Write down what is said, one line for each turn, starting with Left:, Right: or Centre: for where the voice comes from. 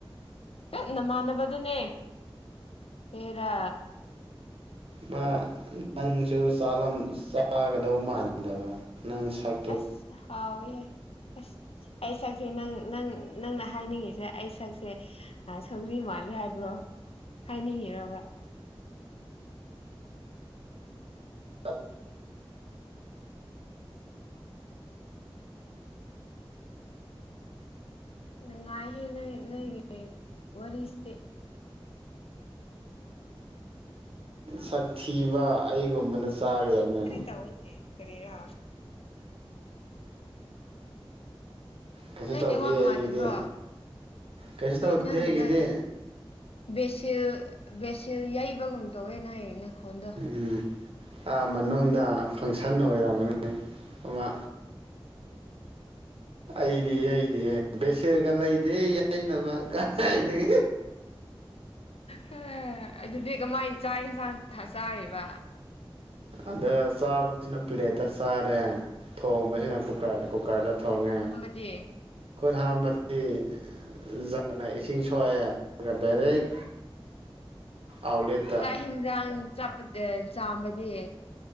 Left: ꯍ‌ꯦꯠ ꯅꯃꯥꯟꯅꯕꯗꯨꯅꯦ ꯍ‌ꯦꯔꯥ
Right: ꯃꯥ ꯅꯪꯁꯨ ꯆꯥꯔꯝ ꯆꯥꯒꯗꯧ ꯃꯥꯟꯗꯕ ꯅꯪ ꯁꯛ
Left: ꯑꯁ ꯍꯥꯎ ꯋꯤꯍ‌ꯦ ꯑꯁ ꯑꯩ ꯁꯛꯁꯦ ꯅꯪ ꯅꯪ ꯅꯪꯅ ꯍꯥꯏꯅꯤꯡꯉꯤꯁꯦ ꯑꯩ ꯁꯛꯁꯦ ꯑ ꯁꯧꯒ꯭ꯔꯤ ꯃꯥꯜꯂꯦ ꯍꯥꯏꯕ꯭ꯔꯣ ꯍꯥꯏꯅꯤꯡꯉꯤꯔꯕ
Right: <inaudible>
Left: ꯅꯨꯡꯉꯥꯏꯍꯦ ꯅ‌ꯣꯏ ꯅꯣꯏꯒꯤ ꯋꯥꯔꯤꯁꯤꯗꯤ
Right: ꯁꯛ ꯊꯤꯕ ꯑꯩꯒꯨꯝꯕꯅ ꯆꯥꯒꯗꯝꯅ‌ꯦ
Left: ꯇꯧꯋꯤꯅ‌ꯦ ꯀꯔꯤꯔꯥ
Right: ꯀꯩꯁꯨ
Left: ꯅꯣꯏ
Right: ꯇꯧꯗꯦ
Left: ꯅꯦꯋꯥꯛ ꯅꯨꯡꯉꯥꯏꯇꯕ꯭ꯔꯣ
Right: ꯑꯩꯒꯤꯗꯤ ꯀꯩꯁꯨ
Left: ꯍ‌ꯦ
Right: ꯇꯧꯗꯦ
Left: ꯅꯪꯒꯤꯗ
Right: ꯑꯩꯒꯤꯗꯤ
Left: ꯕꯦꯁꯤꯜ ꯕꯦꯁꯤꯜ ꯌꯩꯕꯒꯨꯝ ꯇꯧꯋꯦ ꯅ‌ꯣꯏ ꯅꯈꯣꯟꯗ‌ꯣ
Right: ꯎꯝ ꯑꯥ ꯃꯅꯨꯡꯗ ꯐꯪꯁꯟ ꯑꯣꯏꯔꯝꯒꯅꯤ ꯑꯃ ꯑꯩꯗꯤ ꯑꯩꯗꯤ ꯕꯦꯁꯤꯜꯒ ꯂꯩꯗ‌ꯦ ꯌꯥꯏꯅꯕ ꯀꯥꯏꯗꯩ
Left: ꯍ‌ꯦ ꯑꯗꯨꯗꯤ ꯀꯃꯥꯏꯅ ꯆꯥꯛ ꯏꯟꯁꯥꯡ ꯊ ꯆꯥꯔꯤꯕ
Right: ꯑꯗ ꯆꯥꯕꯁꯤꯅ ꯄ꯭ꯂꯦꯠꯇ ꯆꯥꯔꯦ ꯊꯣꯡꯕꯁꯤꯅ ꯀꯨꯀ꯭ꯔꯗ ꯀꯨꯀ꯭ꯔꯗ ꯊꯣꯡꯉꯦ
Left: ꯇ‌ꯦ
Right: ꯈꯨꯠ ꯍꯥꯝꯕꯗꯤ ꯖꯛꯅ ꯏꯁꯤꯡ ꯁꯣꯛꯑꯦ ꯑꯗꯨꯒ ꯗꯥꯏꯔꯦꯛ ꯑꯥꯎꯠꯂꯦꯠꯇ
Left: ꯆꯥꯛ ꯍꯤꯟꯖꯥꯡ ꯆꯄ ꯑ ꯆꯥꯝꯕꯗꯤ